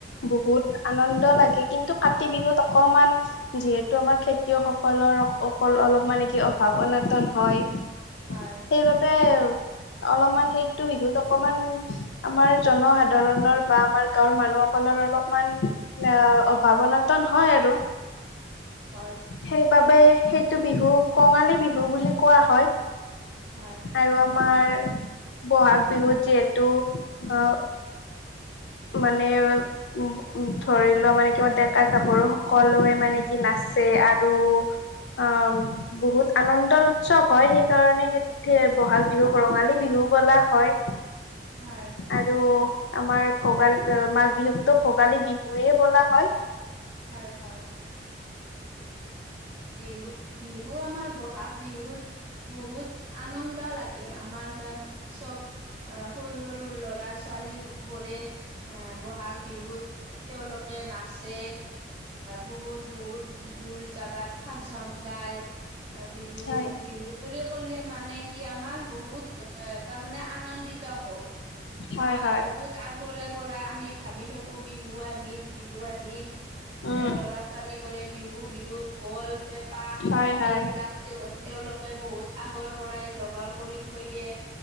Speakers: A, on the left; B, on the right.
A: বহুত আনন্দ লাগে কিন্তু কাতি বিহুত অকমান- যিহেতু আমাৰ খেতিয়কসকলৰ অকল অলপ মানে কি অভাৱ অনটন হয়।
B: হয়।
A: সেইবাবে, অলপমান সেইতটো বিহুত অকমান- আমাৰ জনসাধাৰণৰ বা আমাৰ গাঁওৰ মানুহসকলৰ অলপমান আ', অভাৱ বতন হয় আৰু।
B: হয়।
A: সেইবাবে সেইটো বিহু কঙালী বিহু বুলি কোৱা হয়।
B: হয়।
A: আৰু আমাৰ বহাগ বিহুত যিহেতু অ- মানে উ উ ধৰি লোৱা মানে কি ডেকা গাভৰু সকলোৱে মানে- কি নাচে আৰু আ', বহুত আনন্দৰ- চব হয় সেইকাৰণে সেই বহাগ বিহুক ৰঙালী বিহু বলা হয়।
B: হয়।
A: আৰু আমাৰ ভোগালী মাঘ বিহুকতো ভোগালী বিহুৱে বোলা হয়।
B: হয় হয়। বিহু বিহু আমাৰ বহাগ বিহুত বহুত- আনন্দ লাগে আমাৰ দম চব। অ সৰু সৰু ল'ৰা ছোৱালী বোৰে অ বহাগ- বিহুত তেওঁলোকে নাচে বহুত বহুত দূৰ জাগাত- ফাংচন গাই। অ', বিহু
A: হয়
B: বিহু বুলি কলে মানে কি আমাৰ বহুত তাৰমানে আনন্দিত- হৈ,
A: হয়
B: আমাৰ
A: হয়
B: বহুত- আগৰে পৰা আমি ভাবি থাকো বিহু আহিল বিহু আহিল এ
A: উম
B: লৰা- ছোৱালী বোৰে বিহু বিহুত হল পেঁপা
A: হয় হয়
B: এইবিলাক- তেওঁ তেওঁলোকে বহুত আগৰ পৰাই জগাৰ কৰি থৈ দিয়ে।